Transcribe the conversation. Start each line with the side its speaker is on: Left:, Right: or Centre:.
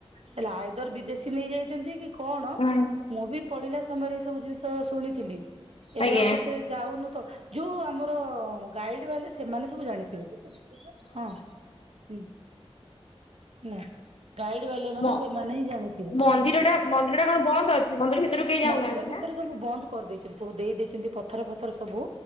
Right: ହେଲେ ଆଇଦର ବିଦେଶୀ ନେଇଯାଇଚନ୍ତି, କି କଣ?
Left: ହଁ
Right: ମୁଁ ବି ପଢିଲା ସମୟରେ ଏ ସବୁ ଜିନିଷ ଶୁଣିଥିଲି। ଏବେ
Left: ଆଜ୍ଞା
Right: ଆଉ ସେତେ ଯାଉନୁ ତ, ଯୋଉ ଆମର ଗାଇଡ୍ ବାଲେ, ସେମାନେ ସବୁ ଜାଣିଥିବେ। ହଁ, ହୁଁ ହେଲା। ଗାଇଡ୍ ବାଲା ମାନେ
Left: ମ
Right: ସେମାନେ ହିଁ ଜାଣିଥିବେ।
Left: ମନ୍ଦିର ଟା ମନ୍ଦିର ଟା କଣ ବନ୍ଦ ଅଛି ମନ୍ଦିର ଭିତରକୁ କେହି ଯାଉନାହାନ୍ତି
Right: ମନ୍ଦିର ଭିତରେ
Left: ନା?
Right: ଯୋଉ ସବୁ ବନ୍ଦ କରିଦେଇଛନ୍ତି। ସବୁ ଦେଇ ଦେଇଛନ୍ତି ପଥର ଫଥର ସବୁ।